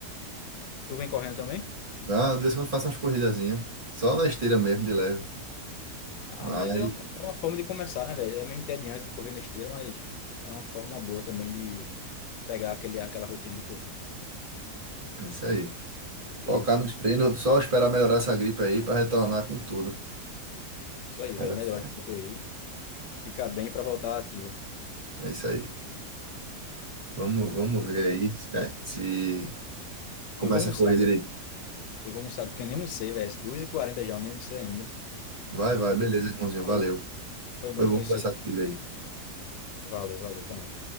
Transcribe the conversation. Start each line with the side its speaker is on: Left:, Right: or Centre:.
Left: Tu vem correndo também?
Right: Ah, de vez em quando eu faço umas corridazinhas, só na esteira mesmo, de leve.
Left: Ah,
Right: Mas
Left: mas é, é uma forma de começar, né, velho? É meio entediante de correr na esteira, mas é uma forma boa também de pegar aquele, aquela rotina de corrida.
Right: é isso aí. Focar
Left: É isso,
Right: nos treinos, só esperar melhorar essa gripe aí para retornar com tudo.
Left: isso aí,
Right: Vai
Left: velho.
Right: dar
Left: Melhor
Right: certo.
Left: pra tu aí. Fica bem pra voltar ativa.
Right: É isso aí. Vamos, vamos
Left: Então,
Right: ver aí, né, se começa
Left: Eu vou almoçar,
Right: a correr direito.
Left: eu vou almoçar, porque eu nem almocei, velho. 2 e 40 já, eu nem almocei ainda.
Right: Vai,
Left: Aí eu
Right: vai,
Left: vou.
Right: beleza, irmãozinho. Valeu.
Left: Aí, Foi bom
Right: Foi bom
Left: te conhecer.
Right: conversar contigo aí.
Left: Valeu, valeu, até mais.